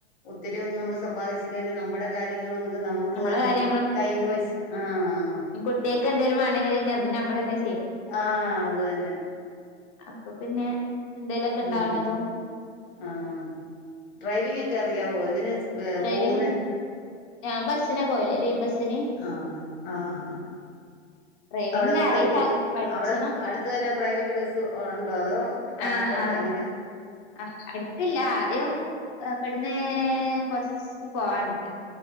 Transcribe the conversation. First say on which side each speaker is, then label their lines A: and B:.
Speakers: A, on the left; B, on the left.
A: ഒത്തിരി ഒന്നും നമ്മള് സമ്പാദിച്ചില്ലേലും നമ്മുടെ കാര്യ ങ്ങള് നമ്മക്ക്
B: നമ്മളെ
A: തന്നെ
B: കാര്യം
A: കയ്യ്ന്ന് പൈസ ആഹ്
B: കുട്ടേയേക്കെന്തേലും വേണങ്കിൽ തും നമ്മൾ തന്നെ
A: ആഹ് അത് തന്നെ
B: അപ്പ പിന്നെ
A: ഉം
B: ണ്ടാകണതും
A: ആഹ് ഡ്രൈവിംഗ്ക്കെ അറിയാവോ എങ്ങനെയാ സ് ഹേ
B: ഡ്രൈവിങ്
A: പോകുന്നെ?
B: ഞാൻ ബസ്സ്നാ പോവല് ലൈൻ ബസ്സ്ന്
A: ആഹ് ആഹ് ആഹ് ആഹ്
B: ഡ്രൈവിങ്
A: അവടെ നമ്മടെ
B: അറിയില്ല
A: ഈ
B: പഠിച്ചണം
A: അവടെ അട്ത്ത് തന്നെ പ്രൈവറ്റ് ബസ് ഉണ്ടോ അതോ? ട്രാൻസ്പോർട്ടോ
B: ആഹ് ആഹ്
A: എങ്ങനെയാ
B: ആഹ് അട്ത്തില്ല ആദ്യ ഇബട്ന്ന് കൊർച്ച് പോവാണ്ട്.